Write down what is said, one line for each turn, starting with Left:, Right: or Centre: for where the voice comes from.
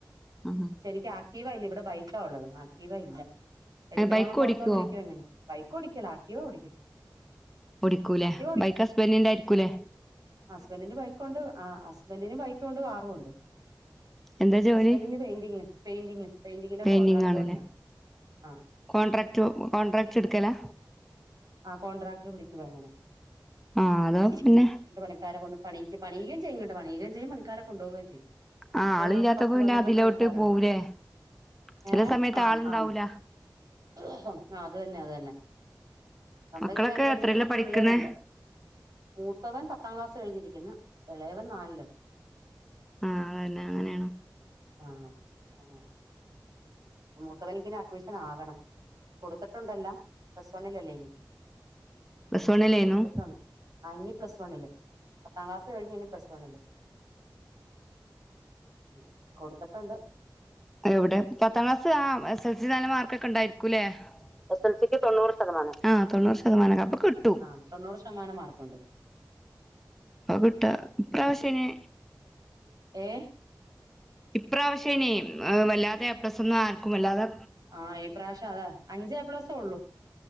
Centre: ആഹ്
Right: പക്ഷെ എനിക്ക് ആക്ടീവ ഇല്യ. ഇവടെ ബൈക്കാ ഒള്ളത്. ആക്ടീവ ഇല്ല. എട്ക്കണോന്നൊക്കെ
Centre: ബൈക്ക് ഓടിക്കുവോ
Right: ഓര്‍ത്തോണ്ടിരി ഉം. ബൈക്ക് ഓടിക്കല. ആക്ടീവ ഓടിക്കും
Centre: ഓടിക്കൂലെ.
Right: Activa
Centre: bike ഹസ്ബെൻഡിൻ്റെ ആയിരിക്കുലെ.
Right: ഹസ്ബെൻ്റിൻ്റെ ബൈക്കുണ്ട് ആഹ് ഹസ്ബെൻ ൻ്റിന് ബൈക്കൂണ്ട്, കാറൂണ്ട്.
Centre: എന്താ ജോലി
Right: ഹസ്ബന്റിന് പെയിന്റിങ്, പെയിന്റിങ്, പെയിന്റിങ്ങിന്റെ
Centre: പെയിന്റിങ്
Right: കോൺട്രാക്ട്
Centre: ആണല്ലേ
Right: പണിയാ. ആ ഹ്
Centre: കോൺട്രാക്ട് കോൺട്രാക്ട് ട്ക്കലാ
Right: ആഹ് കോട്രാക്റ്റ്‌ പിടിക്കുവ അങ്ങനെ
Centre: ആ അതോ
Right: എന്നിട്ട്
Centre: പിന്നെ
Right: പണിക്കാരെ കൊണ്ട് പണിക്ക് പണിയുകയും ചെയ്യും കേട്ടോ പണിയുകയും ചെയ്യും പണിക്കാരെ കൊണ്ട്‌ പോവുകയും ചെയ്യും
Centre: ആ
Right: <unintelligible>
Centre: ആളില്ലാത്തപ്പോ
Right: പത്ത് പന്ത്രണ്ട്
Centre: പിന്നെ അതിലോട്ട്
Right: പണിക്കാരുണ്ട്
Centre: പോവൂലേ ചില
Right: ഏഹ്
Centre: സമയത്ത്
Right: ആഹ്
Centre: ആളുണ്ടാവൂല
Right: ആഹ് ആഹ് അത് തന്നെ അത് തന്നെ നമ്മുടെ
Centre: മക്കളൊക്കെ
Right: കീഴിൽ അഞ്ചഞ്ചെട്ട്
Centre: എത്രയിലാ
Right: പത്ത്
Centre: പഠിക്കുന്നേ
Right: പിള്ളേരുണ്ട് മൂത്തവൻ പത്താം ക്ലാസ് കഴിഞ്ഞിരിക്കുന്നു ഇളയവൻ നാലില്
Centre: ആഹ് അതുതന്നെ അങ്ങനെയാണോ
Right: ആഹ് അങ്ങനെ മൂത്തവനിക്കിനി അഡ്മിഷൻ ആകണം കൊടുത്തിട്ടുണ്ട് എല്ലാം പ്ലസ് വണ്ണിലല്ലേ ഇനി
Centre: പ്ലസ് വണ്ണിലായിരുന്നു
Right: കൊടുത്തിട്ടുണ്ട് ആഹ് ഇനി പ്ലസ് വണ്ണില് പത്താം ക്ലാസ് കഴിഞ്ഞ് ഇനി പ്ലസ് വണ്ണില് ഉം കൊടുത്തിട്ടുണ്ട്
Centre: എവിടെ പത്താം ക്ലാസ് ആഹ് എസ് എല്‍ സി നല്ല മാർക്ക് ഒക്കെ ഉണ്ടായിരിക്കു അല്ലേ എസ് എസ് എൽ സിക്ക് തൊണ്ണൂറ് ശതമാനം ആഹ് തൊണ്ണൂറ് ശതമാനം അപ്പൊ കിട്ടും
Right: ആഹ് തൊണ്ണൂറ് ശതമാനം മാർക്കുണ്ട്
Centre: അത് കിട്ട ഇപ്പ്രാവശ്യ ഇനി
Right: ഏഹ്
Centre: ഇപ്പ്രാവശ്യനി വല്ലാതെ എ പ്ലസ് ഒന്നും ആർക്കും അല്ലാതെ
Right: ആഹ് ഈ പ്രാവശ്യം അതാ അഞ്ച് ഏ പ്ലസ് ഒള്ളു